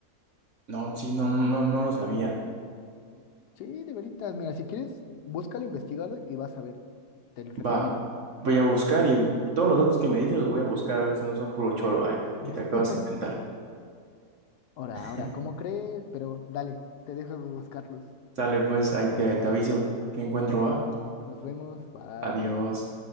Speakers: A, on the right; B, on the left.
A: no, sí, no, no, no lo sabía.
B: Sí, de veritas, mira, si quieres, búscalo, investigalo y vas a ver. Te lo recomiendo.
A: Va, voy a buscar y todos los datos que me dices los voy a buscar a ver si no son puro choro, ay,
B: <laughs>
A: que te acabas de inventar.
B: Ahora,
A: <laughs>
B: ahora, ¿cómo crees? Pero dale, te dejo buscarlos.
A: Sale, pues, ahí te, te aviso que encuentro,
B: Dale,
A: va.
B: nos vemos, bye.
A: Adiós.